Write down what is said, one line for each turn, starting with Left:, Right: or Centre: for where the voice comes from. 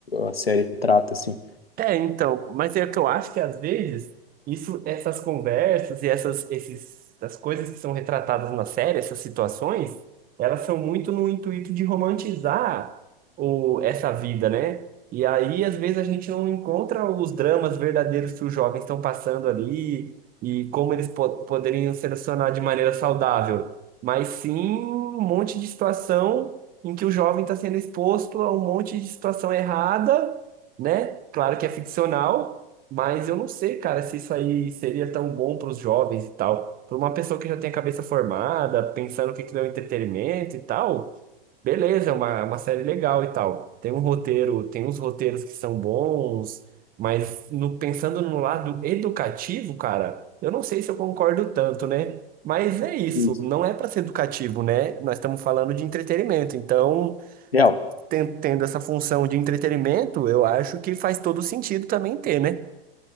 Left: a série trata, assim.
Right: É, então, mas é que eu acho que às vezes isso, essas conversas e essas, esses, essas coisas que são retratadas na série, essas situações, elas são muito no intuito de romantizar o, essa vida, né? E aí, às vezes, a gente não encontra os dramas verdadeiros que os jovens estão passando ali e como eles po poderiam se relacionar de maneira saudável, mas sim um monte de situação em que o jovem está sendo exposto a um monte de situação errada né? Claro que é ficcional, mas eu não sei, cara, se isso aí seria tão bom para os jovens e tal. Para uma pessoa que já tem a cabeça formada, pensando o que que é o entretenimento e tal, beleza, é uma, é uma série legal e tal. Tem um roteiro, tem uns roteiros que são bons, mas no- pensando no lado educativo, cara, eu não sei se eu concordo tanto, né? Mas é isso,
Left: Isso.
Right: não é para ser educativo, né? Nós estamos falando de entretenimento, então
Left: Real.
Right: ten- tendo essa função de entretenimento, eu acho que faz todo sentido também ter, né?